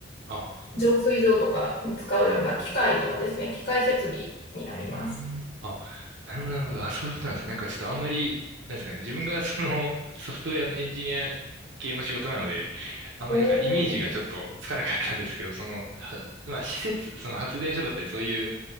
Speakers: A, on the right (about 70°); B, on the left (about 55°).
A: あ、
B: 浄水場とかに使うような機械とかですね、機械設備になります。
A: うーん。あ、なるほど、なるほど。あ、そういうことなんですね。なんかちょっとあんまり、なんですかね。自分がそのソフトウェアのエンジニア系の仕事なので、あんまりなんかイメージがちょっとつかなかったんですけど、
B: おお、
A: その、はまあ施設、その発電所だったりそういう、